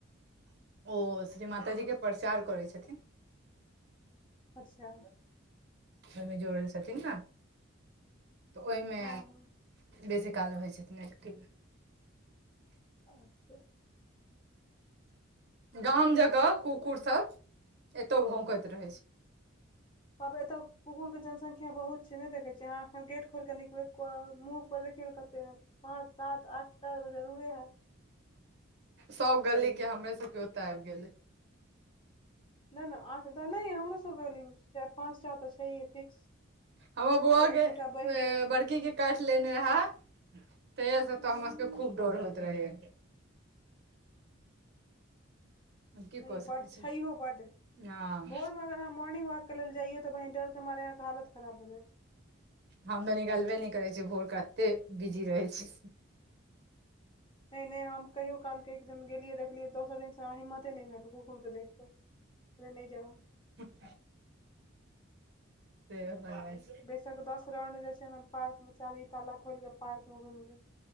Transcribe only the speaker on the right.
ओ श्री माताजी के प्रचार करै छथिन
ओहिमे जोड़ल छथिन ना तऽ ओहिमे
बेसी काल रहइ छथिन एकटिभ
गाम जका कुकुरसभ एतौ भौकैत रहै छै
सब गली के हमे सबके ओते आबि गेले
हमर बौआ
के
बड़की के काट लेने रहे तेहिया से तो
हमरा के खूब डर होइत रहैया की
कऽ
सकैत छी
हँ
हम त निकालबे नहि करै छियै भोर क कतेक बिजी रहै छी
ठछा <unintelligible> से हो <unintelligible>